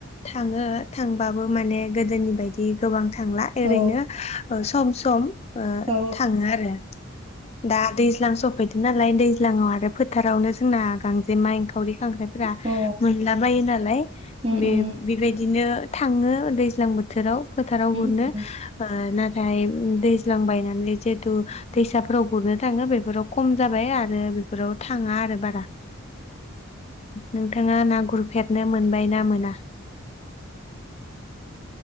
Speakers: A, on the left (about 30°); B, on the right (about 25°).
A: थाङो थांबाबो माने गोदोनि बायदि गोबांथ थांला ओरैनो
B: औ
A: सम सम <unintelligible> ओ
B: औ
A: थाङो आरो दा दैज्लां सफैदो बिदि नालाय दैज्लाङाव आरो फो फोथारावनो जोंना गांजेमा एंखावरि खांख्रायफोरा
B: औ
A: मोनलाबायो नालाय
B: औ
A: बे बेबायदिनो थाङो दैज्लां बोथोराव फोथाराव गुरनो
B: औ
A: ओ ना ओमफाय दैज्लां बायनानै जिहेतु दैसाफोराव गुरनो थाङो बेफोराव खम जाबाय आरो बेफोराव थाङा आरो बारा नोंथाङा ना गुरफेरनो मोनबाय ना मोना?